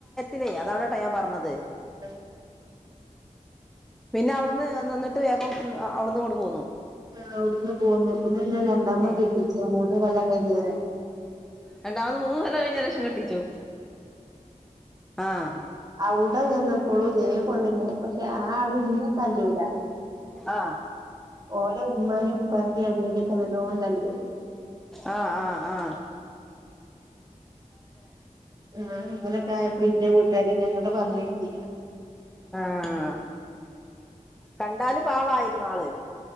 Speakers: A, in the centre; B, on the right.
A: അല്ല അതവടെ അപ്പ ഞാൻ പറഞ്ഞത്
B: ഉ
A: പിന്നെ അവിടന്ന് നിന്നിട്ട് വേഗം അവിടന്ന് ഇങ്ങണ്ട് പോന്നു
B: ആ അവിടുന്ന് പോന്നു പിന്നെ രണ്ടാമത്,
A: ഉം
B: കെട്ടിച്ചു മൂന്ന്കൊല്ലം കഴിഞ്ഞാരെ.
A: രണ്ടാമത് മൂന്നുകൊല്ല കഴിഞ്ഞന്റ ക്ഷം കെട്ടിച്ചു. ആഹ്
B: ആ അടെ നിന്നപ്പളും തേപോലെന്നെ പക്ഷെ ആആൾ ഇന്ന തല്ലൂല.
A: ആഹ്
B: ഓല ഉമ്മാനിം ഉപ്പാനിം അനിയനൊക്കെ നല്ലോണം തല്ലും.
A: ആ ആ ആ.
B: ആ അങ്ങനൊക്കെ ആയപ്പ ന്റെ വീട്ടുകാര് ങ്ങോട്ട് പറഞ്ഞയച്ചീല.
A: ആഹ കണ്ടാല് പാവമായിരുന്നൊ ആള്.